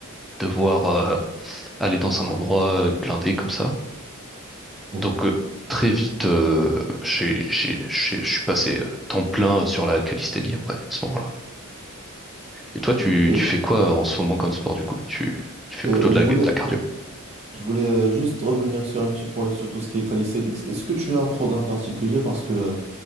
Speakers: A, in the centre; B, on the right.
A: devoir euh, aller dans un endroit euh, blindé comme ça.
B: <laughs>
A: Donc euh, très vite, euh, j'ai, j'ai, j'ai- je suis passé euh, temps plein sur la calisthénie après, à ce moment-là. Et toi, tu,
B: Et,
A: tu fais quoi en ce moment comme sport du coup? Tu, tu fais
B: et-
A: plutôt de
B: et je
A: la,
B: voulais,
A: de la cardio?
B: je voulais euh, juste revenir sur un petit point, sur tout ce qui est calisthenics. Est-ce que tu as un programme particulier? Parce que